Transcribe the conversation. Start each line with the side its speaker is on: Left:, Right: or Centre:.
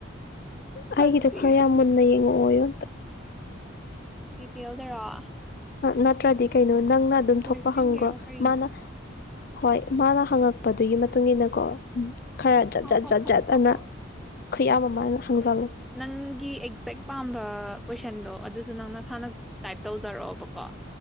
Centre: ꯈꯪꯗꯦ
Left: ꯑꯩꯒꯤꯗꯣ ꯈꯔ
Centre: ꯏꯕꯦꯝ
Left: ꯌꯥꯝ ꯃꯨꯟꯅ ꯌꯦꯡꯉꯛꯑꯣꯌꯨ
Centre: ꯗꯤꯇꯦꯜꯗꯔꯣ
Left: ꯅꯠꯇ꯭ꯔꯗꯤ ꯀꯩꯅꯣ ꯅꯪꯅ ꯑꯗꯨꯝ
Centre: ꯕꯣꯏ
Left: ꯊꯣꯛꯄ
Centre: ꯐ꯭ꯔꯦꯟꯒꯤꯔꯣ
Left: ꯍꯪꯈ꯭ꯔꯣ
Centre: ꯀꯔꯤꯅꯣ
Left: ꯃꯥꯅ ꯍꯣꯏ ꯃꯥꯅ ꯍꯪꯉꯛꯄꯗꯨꯒꯤ ꯃꯇꯨꯡ ꯏꯟꯅꯀꯣ ꯎꯝ ꯈꯔ ꯖꯠ
Centre: ꯍ
Left: ꯖꯠ
Centre: ꯍ
Left: ꯖꯠ
Centre: ꯍ
Left: ꯖꯠ
Centre: ꯍ
Left: ꯑꯅ
Centre: ꯍ
Left: ꯈꯨꯌꯥꯝ ꯑꯃ ꯑꯩꯅꯥ ꯍꯪꯖꯜꯂꯨ
Centre: ꯅꯪꯒꯤ ꯑꯦꯛꯖꯦꯛ ꯄꯥꯝꯕ ꯀꯣꯏꯁꯟꯗꯣ ꯑꯗꯨꯁꯨ ꯅꯪꯅ ꯁꯥꯟꯅ ꯇꯥꯏꯞ ꯇꯧꯖꯔꯛꯑꯕꯀꯣ